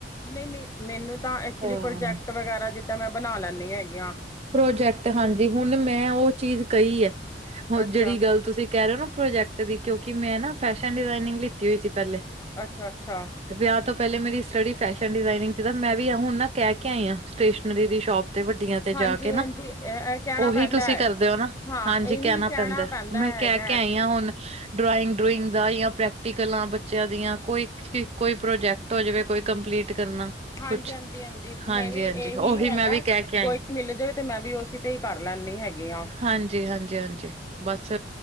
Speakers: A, on the left; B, on the right.
A: ਨਹੀਂ-ਨਹੀਂ, ਮੈਨੂੰ ਤਾਂ ਐਕਚੁਲੀ
B: ਹਾਂ,
A: ਪ੍ਰੋਜੈਕਟ ਵਗੈਰਾ ਜਿੱਦਾਂ ਮੈਂ ਬਣਾ ਲੈਂਨੀ ਹੈਗੀ ਆਂ।
B: ਪ੍ਰੋਜੈਕਟ ਹਾਂਜੀ। ਹੁਣ ਮੈਂ ਓ ਚੀਜ਼ ਕਹੀ ਐ। ਓ
A: ਅੱਛਾ
B: ਜੇਹੜੀ ਗੱਲ ਤੁਸੀਂ ਕੈ ਰਹੇ ਹੋ ਨਾ, ਪ੍ਰੋਜੈਕਟ ਤਬੀ ਕਿਉਂਕਿ ਮੈਂ ਨਾ ਫੈਸ਼ਨ ਡਿਜ਼ਾਇਨਿੰਗ ਲਿੱਤੀ ਹੋਈ ਸੀ, ਪਹਿਲੇ।
A: ਅੱਛਾ-ਅੱਛਾ।
B: ਵਿਆਹ ਤੋਂ ਪਹਿਲੇ ਮੇਰੀ ਸਟੱਡੀ ਫੈਸ਼ਨ ਡਿਜ਼ਾਇਨਿੰਗ ਚ ਤਾਂ ਮੈਂ ਵੀ ਆ ਹੁਣ ਨਾ, ਕਹਿ ਕੇ ਆਈ ਆ, ਸਟੇਸ਼ਨਰੀ ਦੀ ਸ਼ੋਪ ਤੇ ਵੱਡੀਆਂ ਤੇ
A: ਹਾਂਜੀ
B: ਜਾ ਕੇ ਨਾ,
A: ਹਾਂਜੀ ਇਹ ਕਹਿਣਾ
B: ਉਹੀ
A: ਪੈਂਦਾ
B: ਤੁਸੀਂ
A: ਹੈ
B: ਕਰਦੇ ਹੋ ਨਾ,
A: ਹਾਂ
B: ਹਾਂਜੀ।
A: ਇਹੀ
B: ਕਹਿਣਾ ਪੈਂਦਾ ਮੈਂ
A: ਹੈਗਾ
B: ਕਹਿ ਕੇ ਆਈ ਹਾਂ ਹੁਣ ਡਰਾਇੰਗ- ਡਰੂਇੰਗ ਦਾ ਜਾਂ ਪ੍ਰੈਕਟੀਕਲਾ ਬੱਚਿਆਂ ਦੀਆਂ ਕੋਈ ਸੀ ਕੋਈ ਪ੍ਰੋਜੈਕਟ ਹੋ ਜਾਵੇ, ਕੋਈ ਕੰਪਲੀਟ ਕਰਨਾ।
A: ਹਾਂਜੀ,
B: ਕੁਛ
A: ਹਾਂਜੀ ਹਾਂਜੀ। ਮੈਂ ਵੀ
B: ਹਾਂਜੀ
A: ਇਹੀ
B: ਉਹੀ
A: ਹੈਗਾ
B: ਮੈਂ ਵੀ ਕਹਿ ਕੇ ਆਈ
A: ਕੋਈ ਮਿਲ ਜੇ ਤੇ ਮੈਂ ਵੀ ਉਸ ਤੇ ਹੀ ਕਰ ਲੈਂਨੀ ਹੈਗੀ ਆ।
B: ਹਾਂਜੀ-ਹਾਂਜੀ ਹਾਂਜੀ। ਬਸ,